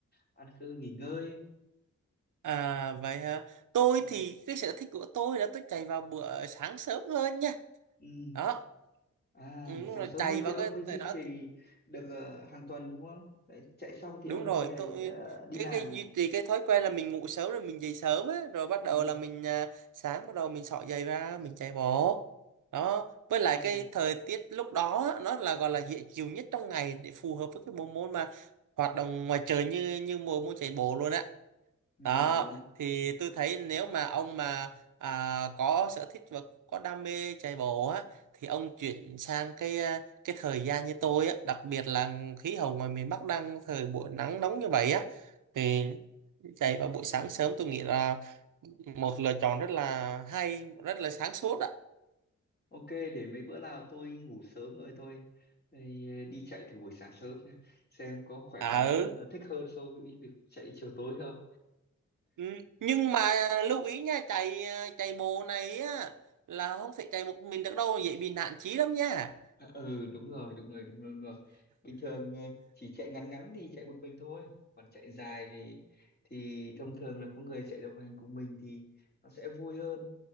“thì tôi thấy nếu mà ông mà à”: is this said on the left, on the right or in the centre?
Right